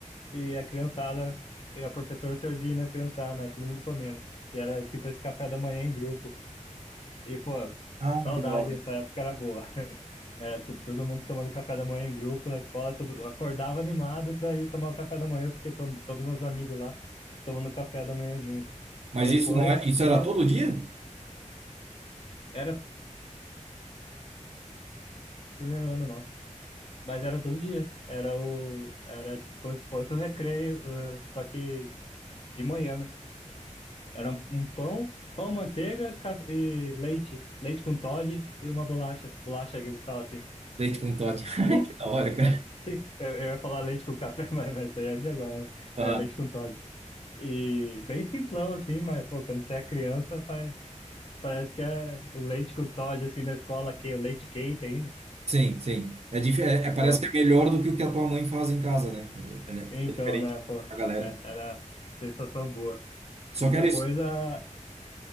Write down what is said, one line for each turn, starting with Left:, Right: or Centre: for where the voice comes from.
Left: e a criançada, e a professora servindo a criançada, né? Todo mundo comendo. E era tipo esse café da manhã em grupo. E, pô,
Right: Ah,
Left: saudade,
Right: que da hora.
Left: essa época era boa. Era to- todo mundo tomando café da manhã em grupo na escola, todo, acordava animado para ir tomar o café da manhã, porque to, todos meus amigos lá tomando café da manhã junto.
Right: Mas
Left: E depois
Right: isso não é, isso era
Left: disso,
Right: todo dia?
Left: era o primeiro ano não, mas era todo dia. Era o, era como se fosse o recreio, eh, só que de manhã, né? Era um, um pão, pão, manteiga ca- e leite, leite com Toddy e uma bolacha, bolacha que eles falam assim.
Right: Deite com Todd. <laughs>
Left: Sim,
Right: Que da hora, cara.
Left: é, sim. Eu, eu ia falar leite com café, <laughs> mas, mas isso aí é de agora, né?
Right: Aham.
Left: É leite com Toddy. E bem simplão, assim, mas, pô, quando você é criança, faz, parece que é o leite com Todd, assim, na escola, que o leite quente ainda.
Right: Sim, sim. É, dif- é, é- parece
Left: Pô,
Right: que é melhor do que o que a tua mãe faz em casa, né? É, é, porque
Left: então,
Right: é diferente
Left: né, pô,
Right: da galera.
Left: é- era sensação boa.
Right: Só
Left: E
Right: que
Left: depois
Right: era isso.
Left: a.